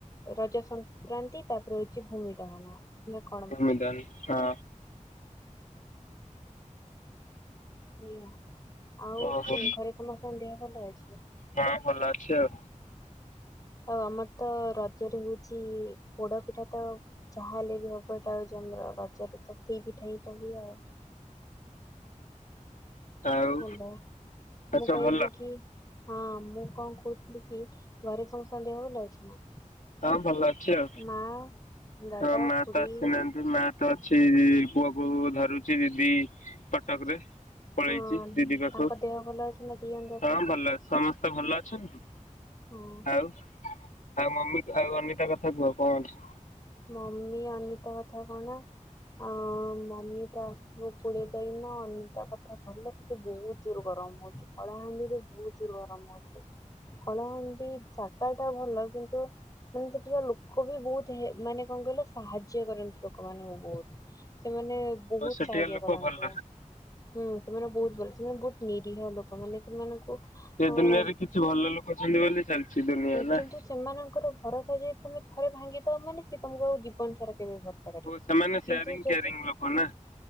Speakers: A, on the left (about 25°); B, on the left (about 75°).
A: ରଜ ସଂକ୍ରାନ୍ତି ତାପରେ ହଉଛି ଭୂମି ଦହନ ନା କଣ
B: ଭୂମି ଦହନ ହଁ
A: ହେଲା ଆଉ
B: ଓହୋ
A: ଘରେ ସମସ୍ତଙ୍କ ଦେହ ଭଲ ଅଛି?
B: ହଁ ଭଲ ଅଛି ଆଉ।
A: ଆଉ ଆମର ତ ରଜରେ ହଉଛି ପୋଡ ପିଠା ତ ଯାହା ହେଲେ ବି ହବ ଏଇଟା ହଉଛି ଆମର ରଜରେ ତ <unintelligible> ହୁଏ ଆଉ।
B: ଆଉ
A: ହାଲୋ
B: ଆଉ
A: ମୁଁ
B: ସବୁ
A: କଇଲି
B: ଭଲ
A: କି ହଁ ମୁଁ କଣ କହୁଥିଲି କି ଘରେ ସମସ୍ତଙ୍କ ଦେହ ଭଲ ଅଛି ନା।
B: ହଁ ଭଲ ଅଛି ଆଉ
A: ମା ଦାଦା
B: ହଁ ମା
A: ଖୁଡି
B: ତ ଆସିନାହାନ୍ତି ମା ତ ଅଛି ପୁଅ କୁ ଧରୁଛି ଦିଦି କଟକ ରେ। ପଳେଇଛି
A: ହଁ
B: ଦିଦି ପାଖକୁ
A: ତାଙ୍କ ଦେହ ଭଲ ଅଛି ନା ଦି ଜଣ ଯାକଙ୍କର?
B: ହଁ ଭଲ ଅଛି। ସମସ୍ତେ ଭଲ ଅଛନ୍ତି
A: ହଁ
B: ଆଉ ଆଉ ମମି ଆଉ ଅନିତା କଥା କୁହ କଣ କି?
A: ମମି ଅନିତା କଥା କଣ? ଆ ମମି ଟା ଆସିବ କୋଡିଏ ତାରିଖ ଦିନ ଅନିତା କଥା ଭଲ। ସେଠି ବହୁତ ଜୋର ଗରମ ହଉଛି କଳାହାଣ୍ଡିରେ ବହୁତ ଜୋର ଗରମ ହଉଛି। କଳାହାଣ୍ଡି ଜାଗା ଟା ଭଲ କିନ୍ତୁ ମାନେ ସେଠିକା ଲୋକ ବି ବହୁତ ହେ ମାନେ କଣ କହିଲ ସାହାଯ୍ୟ କରନ୍ତି ଲୋକମାନଙ୍କୁ ବହୁତ ସେମାନେ ବହୁତ
B: ଓ ସେଠିକା
A: ସାହାଯ୍ୟ
B: ଲୋକ
A: କରନ୍ତି।
B: ଭଲ।
A: ହୁଁ ସେମାନେ ବହୁତ ଭଲ ସେମାନେ ବହୁତ ନିରୀହ ଲୋକମାନେ ମାନେ ସେମାନଙ୍କୁ
B: ସେ
A: ହଁ
B: ଦୁନିଆରେ କିଛି ଭଲ ଲୋକ ଅଛନ୍ତି ବୋଲି ଚାଲିଛି ଦୁନିଆ ନା।
A: କିନ୍ତୁ ସେମାନଙ୍କର ଭରସା ଯଦି ତମେ ଥରେ ଭାଙ୍ଗିଦବ ମାନେ ସିଏ ତମକୁ ଆଉ ଜୀବନ ସାରା କେବେ ଭର କରିବେନି
B: ଓ ସେମାନେ ସେୟାରିଂ
A: କିନ୍ତୁ ଯଦି।
B: କେୟାରିଂ ଲୋକ ନା